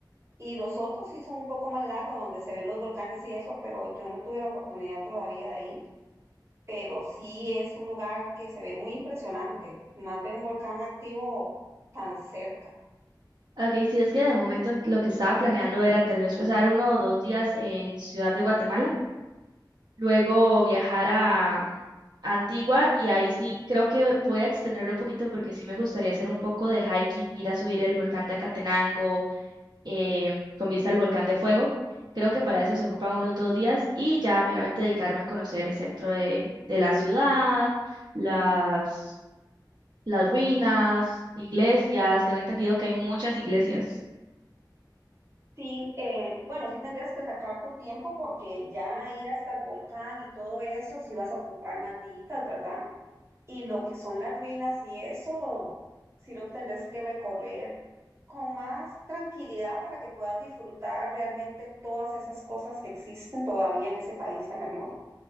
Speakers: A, on the right; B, on the right.
A: Y los otros sí son un poco más largos, donde se ven los volcanes y eso, pero yo no tuve la oportunidad todavía de ir. Pero sí es un lugar que se ve muy impresionante, más ver un volcán activo tan cerca.
B: Ok, sí, es que de momento en- lo que estaba planeando era tal vez pasar uno o dos días en Ciudad de Guatemala, luego viajar a Antigua y ahí sí creo que voy a extenderlo un poquito porque sí me gustaría hacer un poco de hiking, ir a subir el volcán de Acatenango eh, con vista al volcán de Fuego. Creo que para eso se ocupan unos dos días y ya meramente dedicarme a conocer el centro de, de la ciudad, las, las ruinas, iglesias. Tengo entendido que hay muchas iglesias.
A: Sí, eh, bueno, sí tendrías que sacar tu tiempo porque ya ir hasta el volcán y todo eso, sí vas a ocupar más días, ¿verdad? Y lo que son las ruinas y eso, sí lo tendrías que recorrer con más tranquilidad para que puedas disfrutar realmente todas esas cosas que existen todavía en ese país tan hermoso.